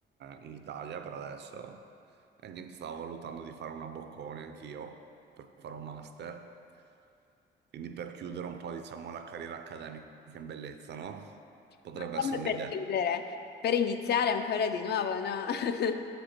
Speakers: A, on the right; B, on the left.
A: in Italia per adesso e niente, stavo valutando di fare una boccone anch'io per fare un master, quindi per chiudere un po', diciamo, la carriera accademica in bellezza, no? Potrebbe
B: Ma come
A: essere
B: per
A: un'idea.
B: chiudere? Per iniziare ancora di nuovo, no? <laughs>